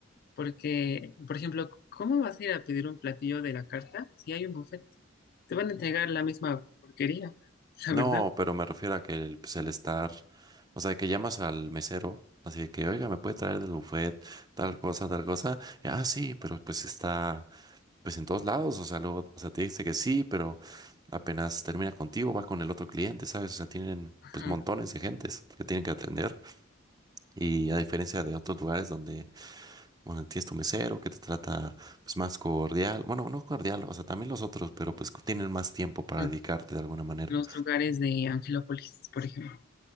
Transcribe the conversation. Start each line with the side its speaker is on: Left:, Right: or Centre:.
Left: Porque, por ejemplo, ¿cómo vas a ir a pedir un platillo de la carta si hay un buffet? Te van a entregar la misma porquería, <laughs> la
Right: no,
Left: verdad.
Right: pero me refiero a que el, pues, el estar, o sea, que llamas al mesero, así de que, oiga, ¿me puede traer del buffet tal cosa, tal cosa? Y, ah, sí, pero pues está, pues en todos lados, o sea, luego, o sea, te dice que sí, pero apenas termina contigo, va con el otro cliente, ¿sabes? O sea, tienen...
Left: Ajá,
Right: pues montones de gentes que tienen que atender y a diferencia de otros lugares donde Bueno, tienes tu mesero que te trata pues más cordial. Bueno, no cordial, o sea, también los otros, pero pues tienen más tiempo para
Left: ajá.
Right: dedicarte de alguna manera.
Left: Los lugares de Angelópolis, por ejemplo.